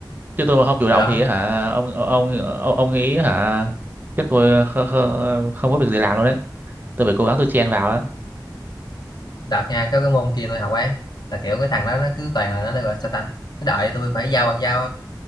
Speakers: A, on the right; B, on the left.
A: chứ tôi mà không chủ động
B: hồi đó
A: thì hả ông ông ông, ông nghĩ hả chắc tôi không, không, không có việc gì làm luôn đấy tôi phải cố gắng tôi chen vào á
B: đợt nha cái cái môn kia tôi học ấy là kiểu cái thằng đó nó cứ toàn là nó, nó gọi sao ta nó đợi tôi phải giao giao